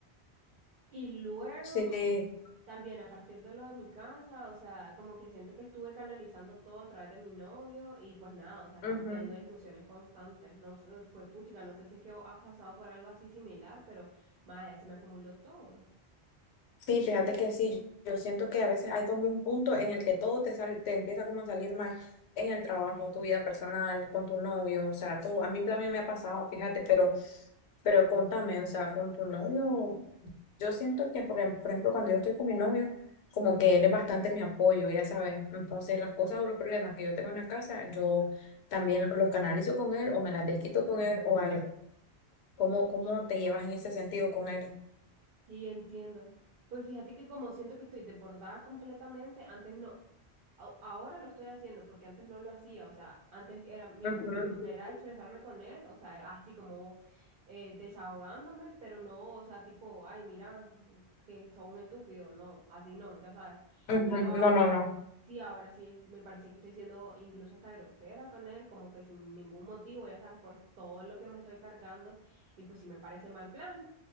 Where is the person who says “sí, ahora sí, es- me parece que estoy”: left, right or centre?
Right